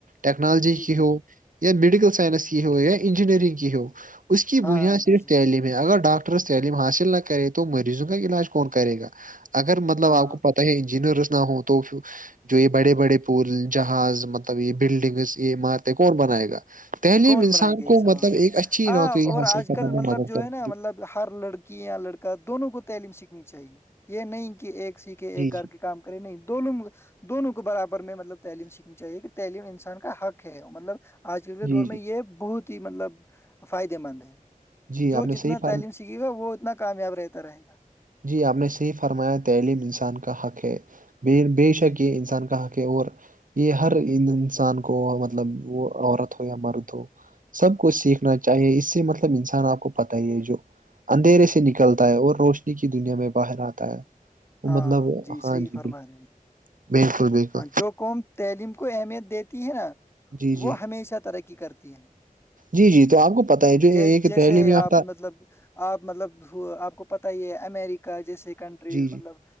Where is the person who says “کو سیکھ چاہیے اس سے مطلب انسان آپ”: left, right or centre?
Right